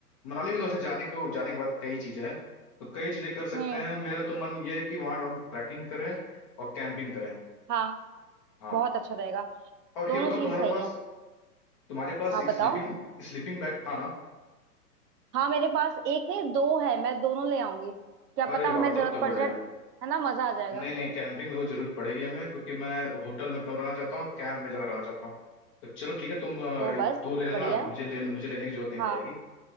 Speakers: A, on the left; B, on the right.
A: मनाली में तो वैसे जाने को जाने के बाद कई चीजें हैं तो कई चीजें कर सकते
B: हम्म
A: हैं मेरा तो मन ये है कि वहाँ हम ट्रैकिंग करें और कैंपिंग करें
B: हाँ
A: हाँ
B: बहुत अच्छा रहेगा
A: और ये
B: दोनों
A: बताओ
B: चीज
A: तुम्हारे
B: सही
A: पास
B: है
A: तुम्हारे पास
B: हाँ
A: एक
B: बताओ
A: स्लीपिंग स्लीपिंग बैग था ना
B: हाँ मेरे पास एक नहीं दो है मैं दोनों ले आऊंगी क्या
A: अरे
B: पता हमें
A: वाह तब
B: जरूरत
A: तो
B: पड़
A: बढ़िया
B: जाए है ना मजा आ जाएगा
A: नहीं नहीं कैंपिंग में वो जरूरत पड़ेगी हमें क्योंकि मैं होटल में कम रहना चाहता हूँ कैंप में ज्यादा रहना चाहता हूँ तो चलो ठीक है तुम अ,
B: तो बस
A: एक दो ले लेना
B: बढ़िया
A: मुझे
B: है
A: ले मुझे लेने की जरूरत नहीं
B: हाँ
A: पड़ेगी